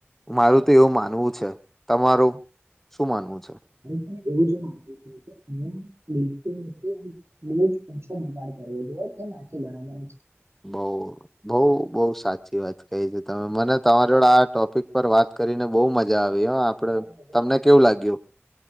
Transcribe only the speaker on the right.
હું, એવું જ માનું છુ, કે એવુ નથી. <unintelligible> બહુજ ઓછો બગાડ કરવો જોઈય, તો નાંખે બરાબર છે.
અને
આજે
બહુ
મજા
આવી ગઈ.